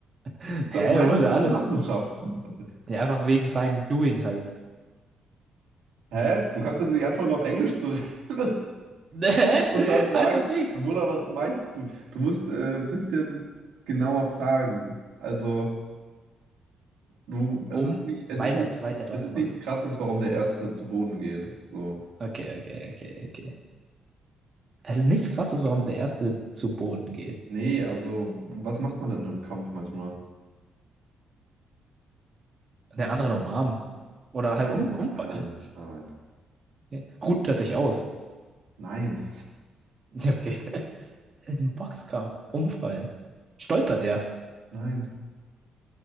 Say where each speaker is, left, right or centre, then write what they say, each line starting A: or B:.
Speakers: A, on the right; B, on the right.
A: du
B: was meinst
A: musst ja
B: du
A: alles.
B: mit Machenschaften?
A: Ja, einfach wegen seinem Doing halt.
B: Hä? Du kannst jetzt nicht anfangen, auf Englisch zu reden <laughs>
A: <laughs> Hä?
B: und dann sagen,
A: Einfach Ding.
B: Bruder, was meinst du? Du musst äh, ein bisschen genauer fragen. Also, du, es
A: Um,
B: ist nicht, es
A: weil
B: ist nicht,
A: der zweite etwas
B: es ist
A: macht.
B: nichts Krasses, warum der Erste zu Boden geht. So.
A: Okay, okay, okay, okay. Es ist nichts Krasses, warum der erste zu Boden geht.
B: Nee, also, was macht man denn im Kampf manchmal?
A: Und den anderen umarmen. Oder
B: Nein,
A: halt um, umfallen.
B: nein, nein,
A: Okay. Ruht er sich aus.
B: nein,
A: <laughs> Okay. Im Boxkampf umfallen. Stolpert der?
B: nein.